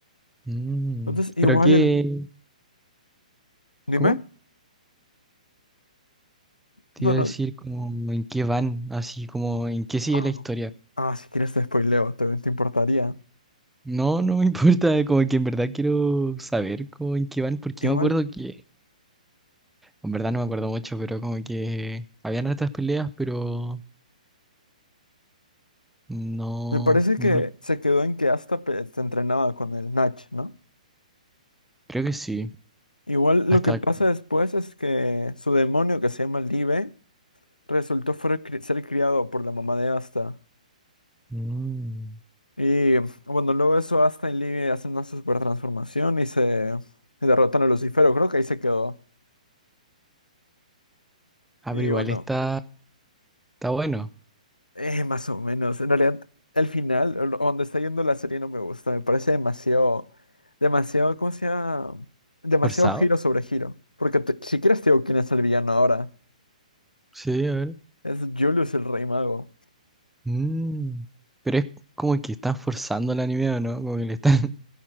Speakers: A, in the centre; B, on the left.
A: Mm,
B: Entonces, igual
A: pero qué,
B: el, Dime.
A: ¿cómo? Te
B: No,
A: iba
B: no.
A: a decir como en qué van, así como en qué sigue
B: Ah,
A: la historia.
B: Ah, si quieres te spoileo, también te importaría.
A: No, no me <laughs> importa, como que en verdad quiero saber como en qué van, porque
B: Igual,
A: yo me acuerdo que En verdad no me acuerdo mucho, pero como que habían hartas peleas, pero no,
B: me parece
A: no
B: que
A: rec-
B: se quedó en que hasta se entrenaba con el Nach, ¿no?
A: creo que sí.
B: Igual
A: Hasta
B: lo que pasa
A: que-
B: después es que su demonio que se llama Live resultó fuera cri- ser criado por la mamá de Asta.
A: Mm.
B: Y bueno, luego eso Asta y Live hacen una super transformación y se derrotan a Lucifero, creo que ahí se quedó.
A: Ah,
B: Y
A: pero igual
B: bueno.
A: está, está bueno.
B: Eh, más o menos. En realidad, el final, o lo- donde está yendo la serie no me gusta. Me parece demasiado, demasiado, ¿cómo se llama? Demasiado
A: ¿Forzado?
B: giro sobre giro. Porque te- si quieres te digo quién es el villano ahora.
A: Sí, a ver.
B: Es Julius el Rey Mago.
A: Mm. Pero es como que están forzando el anime, ¿o no? Como que le están <laughs>